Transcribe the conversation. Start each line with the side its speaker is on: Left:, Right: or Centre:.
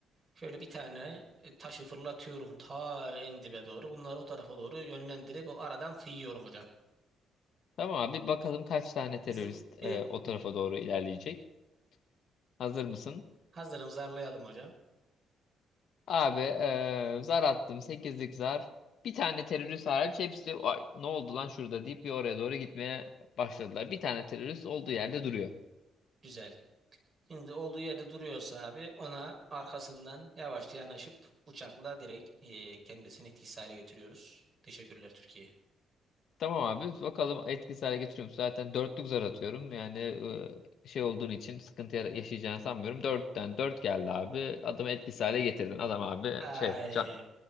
Right: Şöyle bir tane e, taşı fırlatıyorum ta en dibe doğru. Bunları o tarafa doğru yönlendirip o aradan fıyıyorum hocam.
Left: Tamam abi bakalım kaç tane terörist
Right: Bizim bir
Left: e, o tarafa doğru ilerleyecek. Hazır mısın?
Right: hazırım zarlayalım hocam.
Left: Abi eee, zar attım. Sekizlik zar. Bir tane terörist hariç hepsi "Ay, ne oldu lan şurada deyip bir oraya doğru gitmeye başladılar. Bir tane terörist olduğu yerde duruyor.
Right: Güzel. Şimdi olduğu yerde duruyorsa abi ona arkasından yavaşça yanaşıp bıçakla direkt e, kendisini etkisiz hale getiriyoruz. Teşekkürler Türkiye.
Left: Tamam abi bakalım etkisiz hale getiriyor musun? Zaten dörtlük zar atıyorum. Yani eee, şey olduğun için sıkıntı yara- yaşayacağını sanmıyorum. Dörtten dört geldi abi. Adamı etkisiz hale getirdin. Adam abi
Right: Ay
Left: şey can-